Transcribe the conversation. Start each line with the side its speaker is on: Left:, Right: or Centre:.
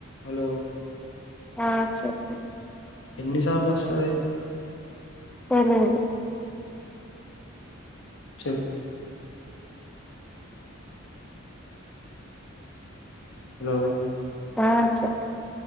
Left: హలో
Centre: ఆ చెప్పు
Left: ఎన్నిసార్లు వస్తది
Centre: తెలీదు
Left: చెప్పు హలో
Centre: ఆ చెప్పు